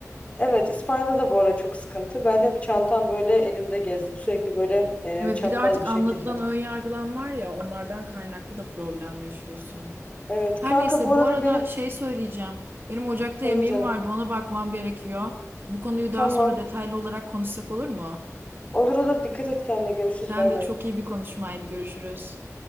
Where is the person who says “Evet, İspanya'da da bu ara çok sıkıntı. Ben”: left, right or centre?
Left